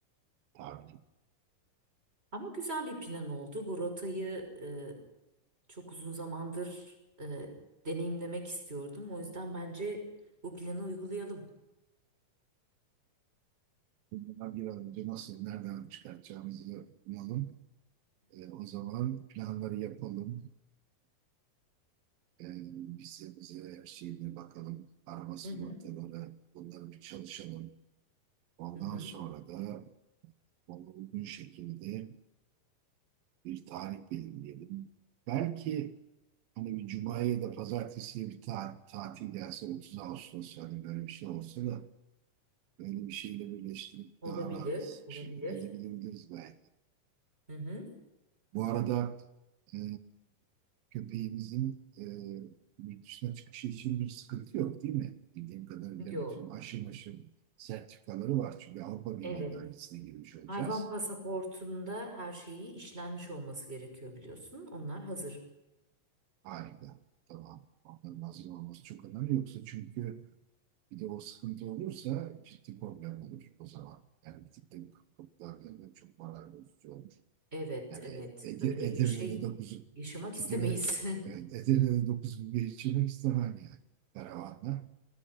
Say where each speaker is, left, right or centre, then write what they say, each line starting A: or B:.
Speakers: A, on the right; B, on the right.
A: tahmin.
B: Ama güzel bir plan oldu. Bu rotayı e, çok uzun zamandır e, deneyimlemek istiyordum. O yüzden bence bu planı uygulayalım.
A: Bundan bir an önce nasıl, nereden çıkartacağımızı bulalım. E, o zaman planları yapalım. E, bize, bize her şeyine bakalım. Araba sigortaları,
B: Hı hı.
A: bunları bir çalışalım. Ondan
B: Hı hı.
A: sonra da ona uygun şekilde bir tarih belirleyelim. Belki hani bir cumaya ya da pazartesiye bir ta- tatil gelse 30 Ağustos yani böyle bir şey olsa da böyle bir şeyle birleştirip
B: Olabilir,
A: daha rahat
B: olabilir.
A: bir şekilde de gidebiliriz belki.
B: Hı hı.
A: Bu arada e, köpeğimizin e, yurt dışına çıkışı için bir sıkıntı yok değil mi? Bildiğim kadarıyla
B: Yo.
A: bütün aşım aşım sertifikaları var. Çünkü Avrupa Birliği
B: Evet.
A: bölgesine girmiş olacağız.
B: Hayvan pasaportunda her şeyi işlenmiş olması gerekiyor biliyorsun. Onlar hazır.
A: Harika. Tamam. Onların hazır olması çok önemli. Yoksa çünkü Bir de o sıkıntı olursa ciddi problem olur o zaman. Yani bir tık da kıtlığa dönmek çok moral bozucu olur.
B: Evet,
A: Yani
B: evet.
A: Ede,
B: Öyle
A: Edirne'de
B: bir şey
A: 9
B: yaşamak istemeyiz.
A: Edirne, evet, Edirne'de 9 gün geçirmek istemem yani karavanla.